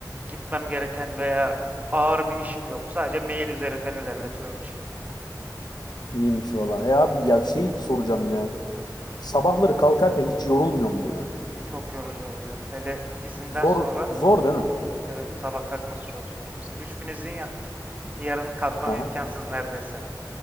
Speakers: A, on the right; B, on the left.
A: gitmem gereken veya ağır bir işim yok. Sadece mail üzerinden ilerletiyorum işimi.
B: İyiymiş valla. E abi ya şey soracağım ya. Sabahları kalkarken hiç yorulmuyor mu ya?
A: E, çok yorucu oluyor. Hele izinden
B: Zor
A: sonra
B: zor değil mi?
A: evet sabah kalkması çok zor. Mesela 3 gün izin yaptım. Yarın kalkmam
B: Hı hı.
A: imkansız neredeyse.